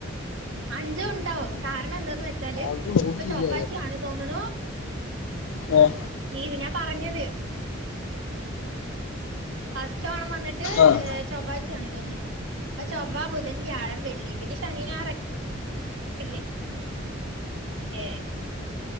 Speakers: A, on the right (about 70°); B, on the left (about 80°).
A: അഞ്ചു ഉണ്ടാവോ കാരണം എന്താന്ന് വെച്ചാല്
B: അത് നോക്കിയില്ല
A: ഇപ്പൊ ചൊവ്വാഴ്ച ആണ് തോന്നണു
B: ഞാൻ ഏ
A: ലീവ് ഞാൻ പറഞ്ഞത് ഫസ്റ്റ് ഓണം വന്നിട്ട്
B: ആഹ്
A: ഏ ചൊവ്വാഴ്ച്ചാണ് തോന്നുണു അപ്പൊ ചൊവ്വാ ബുധൻ വ്യാഴം വെള്ളി പിന്നെ ശനിനാറല്ലേ ഏ